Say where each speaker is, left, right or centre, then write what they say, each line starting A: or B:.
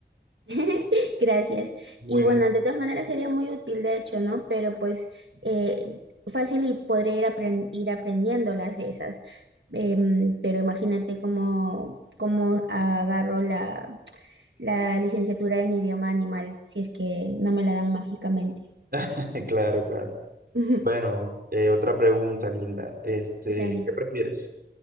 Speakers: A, on the right; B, on the right.
A: <laughs> Gracias.
B: muy,
A: Y bueno, de todas maneras sería muy útil, de hecho, ¿no? Pero pues eh, fácil y podré ir, apren- ir aprendiéndolas esas. Em, pero imagínate cómo, cómo agarro la, la licenciatura en idioma animal si es que no me la dan mágicamente.
B: <laughs> claro, claro.
A: <laughs> Ujú.
B: Bueno, eh, otra pregunta, Linda. Este,
A: Dale.
B: ¿qué prefieres?